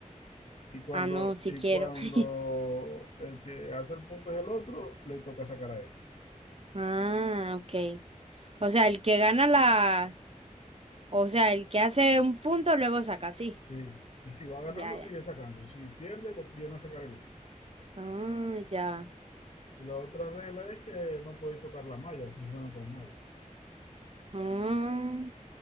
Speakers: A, on the left (about 55°); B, on the right (about 45°).
A: Y cuando,
B: Ah, no, sí
A: y
B: quiero.
A: cuando
B: <laughs>
A: el que hace el punto es el otro, le toca sacar a ellos.
B: Ah, ok. O sea, el que gana la... O sea, el que hace un punto luego saca, sí.
A: Sí. Y si va ganando,
B: Ya,
A: sigue
B: ya.
A: sacando. Si pierde, lo viene a sacar el otro.
B: Ah, ya.
A: Y la otra regla es que no podéis tocar la malla si juegan con malla.
B: Ah.